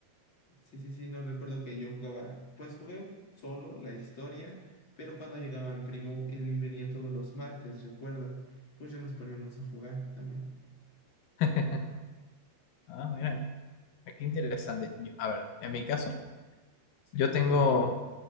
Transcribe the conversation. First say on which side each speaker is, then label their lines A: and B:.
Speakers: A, on the left; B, on the left.
A: Sí, sí, sí, no recuerdo que yo jugaba, pues jugué solo la historia, pero cuando llegaba mi primo, él venía todos los martes, recuerdo. Pues ya nos poníamos a jugar también.
B: <laughs> Ah, mira, qué interesante. Yo- a ver, en mi caso,
A: Sí,
B: yo tengo,
A: a ver, cuéntame.